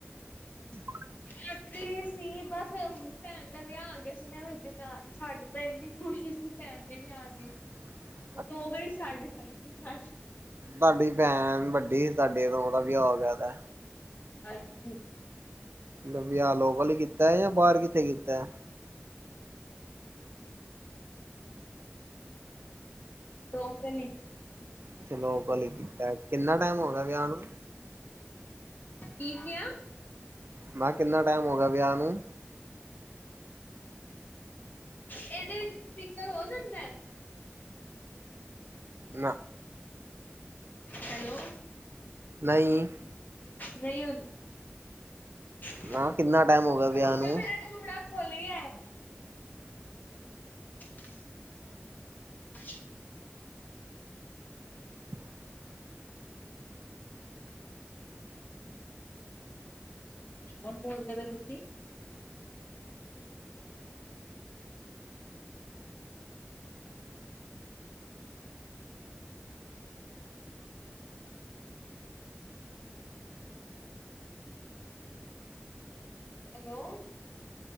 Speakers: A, on the right; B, on the left.
A: ਟ
B: ਕਰਦੀ ਸੀ। ਬਸ ਭੈਣ ਦਾ ਵਿਆਹ ਆ ਗਿਆ ਸੀ। ਵਿਆਹ ਵਿਚਕਾਰ ਸਾਡੇ ਤਾਂ ਇੰਨੀ ਖੁਸ਼ੀ ਸੀ। ਭੈਣ ਦੇ ਵਿਆਹ ਦੀ।
A: <inaudible>
B: ਉਵੇਂ ਛੱਡ ਦਿੱਤੇ ਸੀ ਫਿਰ ਬਸ।
A: ਤੁਹਾਡੀ ਭੈਣ ਵੱਡੀ। ਤੁਹਾਡੇ ਤੋਂ ਉਹਦਾ ਵਿਆਹ ਹੋ ਗਿਆ ਦਾ।
B: ਹਾਂਜੀ।
A: ਉਹਦਾ ਵਿਆਹ ਲੋਕਲ ਕੀਤਾ ਬਾਹਰ ਕਿੱਥੇ ਕੀਤਾ ਐ।
B: ਸੀ ਲੋਕਲ ਈ।
A: ਅੱਛਾ ਲੋਕਲ ਹੀ ਕੀਤਾ। ਕਿੰਨਾ ਟਾਈਮ ਹੋ ਗਿਆ ਵਿਆਹ ਨੂੰ?
B: ਕੀ ਕਿਹਾ।
A: ਮੈਂ ਕਿਹਾ ਕਿੰਨਾ ਟਾਈਮ ਹੋ ਗਿਆ ਵਿਆਹ ਨੂੰ?
B: ਇਹਦੇ ਵਿੱਚ ਸਪੀਕਰ ਹੋ ਜਾਂਦਾ ਐ?
A: ਨਾ।
B: ਹੈਲੋ।
A: ਨਹੀਂ।
B: ਨਹੀਂ ਹੁੰਦਾ। ਰੁਕੋ
A: ਮੈਂ ਕਿੰਨਾ ਟਾਈਮ ਹੋ ਗਿਆ ਵਿਆਹ ਨੂੰ
B: ਜ਼ਰਾ, ਮੇਰਾ ਜੂੜਾ ਖੁੱਲ ਗਿਆ ਐ। <inaudible>
A: <inaudible>
B: ਕੌਣ ਬੋਲਦੇ ਪ ਤੁਸੀਂ ਹੈਲੋ।